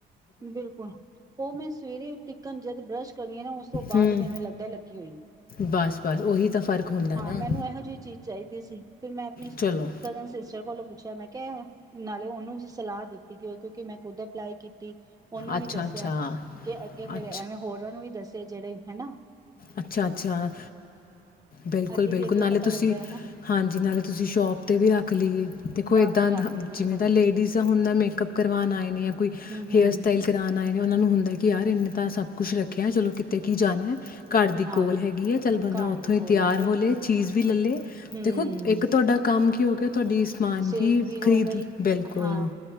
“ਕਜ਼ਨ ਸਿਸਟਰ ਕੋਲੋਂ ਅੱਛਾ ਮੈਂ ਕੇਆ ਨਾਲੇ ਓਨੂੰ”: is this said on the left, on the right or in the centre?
Right